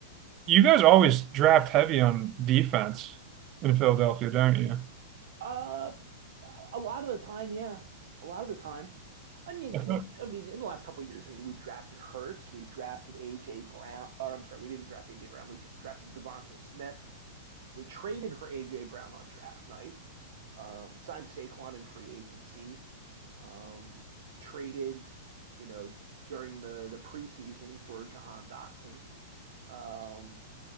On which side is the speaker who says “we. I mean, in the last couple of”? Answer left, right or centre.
Right